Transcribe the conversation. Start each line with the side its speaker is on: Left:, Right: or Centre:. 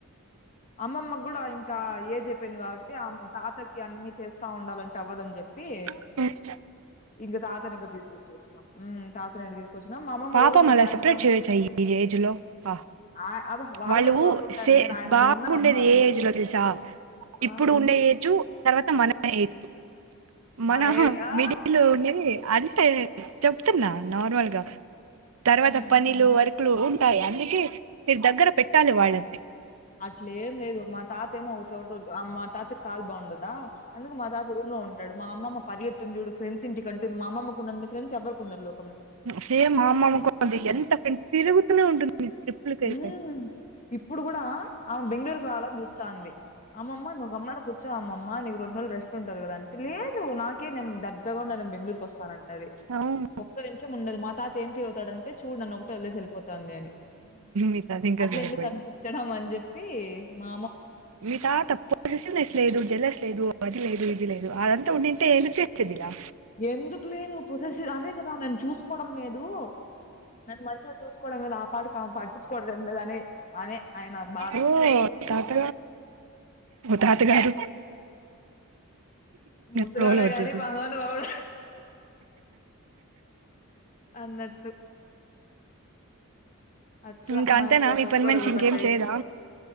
Left: అమ్మమ్మ కూడా ఇంకా ఏ చెప్పింది కాబట్టి ఆ తాతకి అన్ని చేస్తా ఉండాలంటే అవ్వదని చెప్పి.
Right: హ్మ్
Left: ఇంకా తాతని కూడా తీసుకొచ్చేసినా. మ్మ్ తాతని ఇడికి తీసుకొచ్చినాం మా అమ్మమ్మ
Right: పాపం
Left: రోజు ఈ
Right: అలా
Left: సాయంత్రం
Right: సపరేట్ చేయొచ్చా ఈ ఏజ్ లో. అ
Left: ఆ అబ్బ వాళ్ళే
Right: వాళ్ళు
Left: కోరుకుంటారు
Right: సే
Left: నేను ఆయనతో
Right: బాగుండేది
Left: ఉండనమ్మా అని
Right: ఏ ఏజ్ లో తెలుసా
Left: ఆ
Right: ఇప్పుడు ఉండే ఏజు తర్వాత మన ఏజు మనం
Left: మన ఏజ్ ఆ
Right: మిడిల్ లో ఉండేది అంటే చెప్తున్నా నార్మల్గా తర్వాత
Left: ఉమ్
Right: పనులు
Left: ఉమ్.
Right: వర్కులు ఉంటాయి. అందుకే మీరు దగ్గర పెట్టాలి వాళ్ళని.
Left: అట్లేం లేదు మా తాత ఏమో ఒక చోట మా తాత కాలు బాగుండదు. ఆ అందుకు మా తాత రూమ్ లో ఉంట అమ్మమ్మ పరిగెడుతుంది చూడు. ఫ్రెండ్స్ ఇంటి అంటు మా అమ్మమ్మ కు ఉన్నని ఫ్రెండ్స్ ఎవరు ఉండరు లో
Right: సేమ్ మా అమ్మమ్మ కు అంతే ఎంత తిరుగుతునే ఉంటుంది. ట్రిప్లు కయితే
Left: హ్మ్. ఇప్పుడు కూడా ఆమె బెంగళూరుకి రావాలని చూస్తాంది. అమ్మమ్మా నువ్వు గమ్మున కూర్చొ అమ్మమ్మ నీ రెండు రోజులు రెస్ట్ ఉంటది కదంటే లేదు నాకేం ద ఉత్తగుండా నేను బెంగళూరుకి వస్తాన అంటది
Right: అవును
Left: ఒక్క నిమిషం ఉండదు. మా తాత ఏం ఫీల్ అవుతాడే అంటే చూడు నన్ను ఒకటే వదిలేసి వెళ్ళిపోతుంది అని.
Right: మిగతాది ఇంకా
Left: అట్లా
Right: సరిపోయింది
Left: ఎందుకు అనిపించడం అని చెప్పి ప్పి మా
Right: మీ తాత పోసేసినెస్ లేదు జలస్ లేదు. అది లేదు ఇది లేదు అదంతా ఉంది. అట్టే చేస్తాది ఇలా
Left: ఎందుకు లేదు పొసల్సి అదే కదా నన్ను చూసుకోవడం లేదు నన్ను మంచిగా చూసుకోవడం లేదు ఆ పాటకి పట్టించుకోవడం లేదు అని అనే ఆయన బాధ.
Right: ఓ తాత తాత గారు
Left: ముసలాడే
Right: ఫ్లోలో వచ్చేసింది
Left: కానీ మహాను బావుడు అన్నట్టు అట్లా
Right: ఇంకా
Left: మా
Right: అంతేనా
Left: ఇంట్లో
Right: మీ
Left: ఒొక్కొరక
Right: పని మనిషి ఇంకేం
Left: టైపు
Right: చేయదా